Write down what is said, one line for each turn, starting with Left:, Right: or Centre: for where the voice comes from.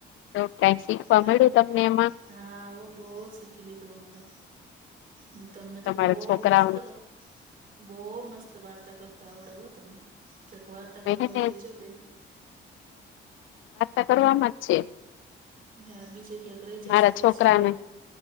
Left: તો કાઈ શીખવા
Right: તેમ
Left: મળ્યું તમને એમાં
Right: હા હું બહ જ શીખી લીધું અમે તો હ તમને
Left: તમારા
Right: તો બહ
Left: છોકરાઓને
Right: મસ્ત હ બહ મસ્ત વાર્તા કરતા આવડે હો તમને ક્યાંક વાર્તા
Left: હા
Right: કરવામાં રહી જાવ બેન.
Left: વાતતા કરવાવામાં જ છે
Right: હા બીજે ક્યાંક રહી જાવ
Left: મારા
Right: સ્પીચ
Left: છોકરાને
Right: દેમ